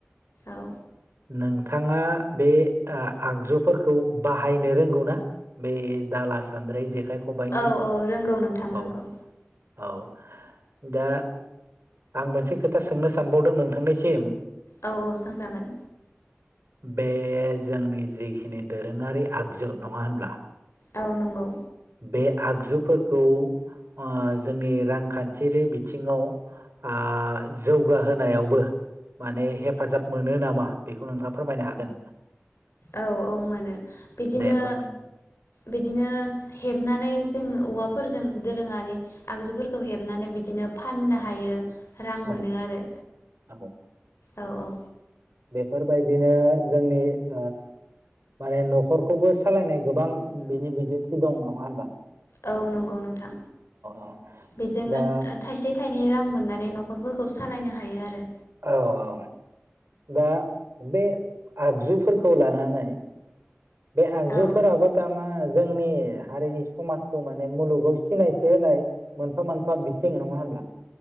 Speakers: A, on the left (about 75°); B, on the right (about 70°).
A: औ
B: नोंथाङा बे आ आगजुफोरखौ बाहायनो रोंगौ ना बे दाला सान्द्रि जेखाय खबाइनि
A: औ औ रोंगौ नोंथां रोंगौ
B: औ औ। दा आं मोनसे खोथा सोंनो सानबावदों नोंथांनिसिम।
A: औ औ सोंजागोन?
B: बे जोंनि जिखिनि दोरोङारि आगजु नङा होनब्ला।
A: औ नंगौ।
B: बे आगजुफोरखौ ओ जोंनि रांखान्थियारि बिथिङाव आ जौगाहोनायावबो माने हेफाजाब मोनो नामा बेखौ नोंथाङा फोरमायनो हागोन।
A: औ औ मोनो बिदिनो
B: दे फोरमाय
A: बिदिनो हेबनानै जों औवाफोरजों दोरोङारि आगजुफोरखौ हेबनानै बिदिनो फाननो हायो। रां
B: औ
A: मोनो आरो।
B: औ
A: औ औ।
B: बेफोरबायदिनो जोंनि ओ माने न'खरखौबो सालायनाय गोबां बिनि बिदिन्थि दं नामा? <unintelligible>
A: औ नंगौ नोंथां
B: औ
A: बेजोंनो
B: दा
A: थाइसे थाइनै रां मोननानै न'खरफोरखौ सालायनो हायो आरो।
B: औ औ दा बे आगजुफोरखौ लानानै बे आगजुफोराबो
A: औ
B: थारमा जोंनि हारिनि समाजखौ माने मुलुगाव सिनायथि होनाय मोनफा मोनफा बिथिं नङा होनब्ला